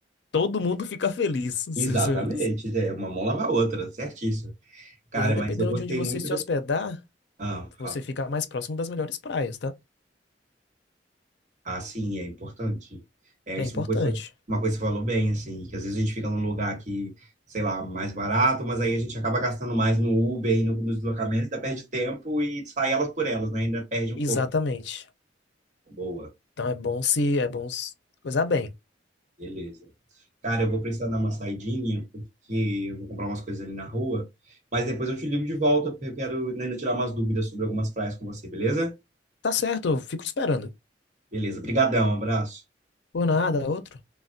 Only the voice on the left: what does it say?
todo mundo fica feliz. <laughs> Se
você-
E aí, dependendo
de onde você
se
hospedar,
você
fica mais próximo das melhores praias, tá?
É importante.
Exatamente.
Então é bom se é bom se coisar bem.
Tá certo, eu fico te esperando.
Por nada, outro.